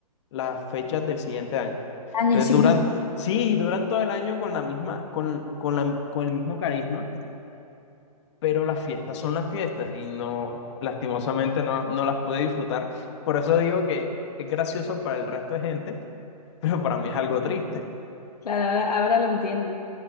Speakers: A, on the left; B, on the left.
A: las fechas del siguiente año.
B: Año
A: Entonces
B: <laughs> siguiente.
A: duran, sí, duran todo el año con la misma, con, con la, con el mismo carisma pero las fiestas son las fiestas y no, lastimosamente no, no las pude disfrutar. Por eso digo que es gracioso para el resto de gente, <laughs> pero para mí es algo triste.
B: Claro, ahora, ahora lo entiendo.